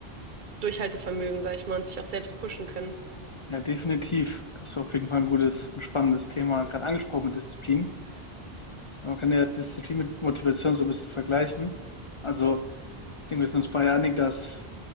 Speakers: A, on the right; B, on the left.
A: Durchhaltevermögen, sag ich mal, und sich auch selbst pushen können.
B: Ja, definitiv. Das ist auf jeden Fall ein gutes und spannendes Thema, gerade angesprochen mit Disziplin. Man kann ja Disziplin mit Motivation so ein bisschen vergleichen. Also Ich denke, wir sind uns beide einig, dass